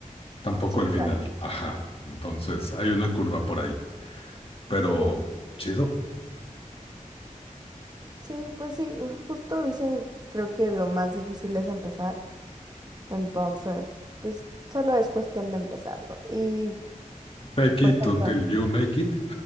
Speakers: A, on the left; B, on the right.
A: tampoco
B: sí,
A: el
B: claro.
A: final. Ajá. Entonces hay una curva por ahí, pero
B: Sí,
A: chido.
B: sí, pues sí, justo dicen, creo que lo más difícil es empezar. Entonces, pues solo es cuestión de empezarlo. Y,
A: Fake
B: por
A: it
B: ejemplo,
A: until you make it.